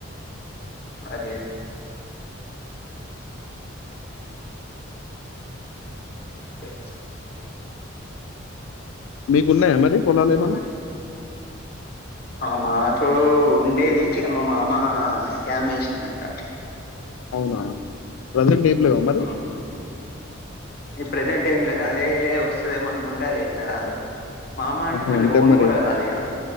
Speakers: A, on the left; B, on the left.
A: అదే ఓకే.
B: మీ కున్నాయ మరి పొలాలు ఏమన్నా
A: మాడ ఆ మాకు ఉండేది మా మామ స్కామ్ వేసిందింట
B: అవునా ప్రెజెంట్ లేవా మరి
A: ఉమ్, ఈ ప్రజెంట్ ఏం లేదు అదే వస్తుదేమో అనుకుంటే అది ఎట్లా రాదు మామా అంటె
B: ఆహా
A: మళ్ళి
B: అంటే
A: ఓన్
B: మరి
A: కూడా కాదు ఇక